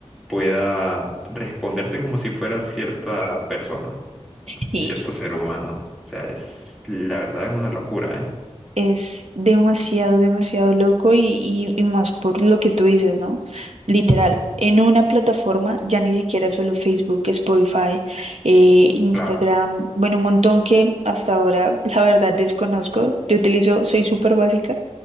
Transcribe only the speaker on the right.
sí.
Es demasiado, demasiado loco y, y, y más por lo que tú dices, ¿no? Literal,
en una plataforma, ya ni siquiera solo Facebook, Spotify, eh, Instagram,
bueno, un montón que hasta ahora, <laughs> la verdad, desconozco. Yo utilizo, soy súper básica,